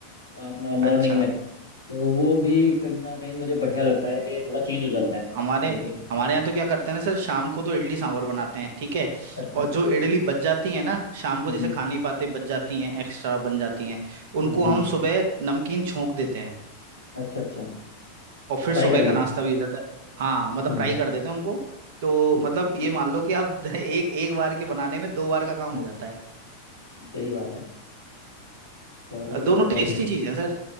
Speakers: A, on the left; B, on the right.
A: अपना मॉर्निंग
B: अच्छा
A: में तो वो भी कहीं ना कहीं मुझे बढ़िया लगता है कि थोड़ा चेंज हो जाता है
B: हमारे
A: रूटीन
B: हमारे यहाँ तो क्या करते हैं ना सर शाम को तो इडली सांभर बनाते हैं ठीक है
A: अच्छा
B: और जो इडली बच जाती है ना शाम को
A: हम्म
B: जैसे खा नहीं पाते बच जाती हैं एक्स्ट्रा बन जाती हैं उनको
A: हम्म हम्म।
B: हम सुबह नमकीन छोंक देते हैं
A: अच्छा अच्छा
B: और फिर
A: फ्राई
B: सुबह
A: करके
B: का नाश्ता भी हो जाता है हाँ मतलब
A: हाँ
B: फ्राई कर देते हैं उनको तो
A: ठीक
B: मतलब
A: ठीक ठीक
B: ये मान लो कि आप <laughs> एक एक बार के बनाने में दो बार का काम
A: हम्म।
B: हो जाता है
A: सही बात है चलिए
B: अ, दोनों
A: बहुत
B: टेस्टी
A: बढ़िया
B: चीज़ है सर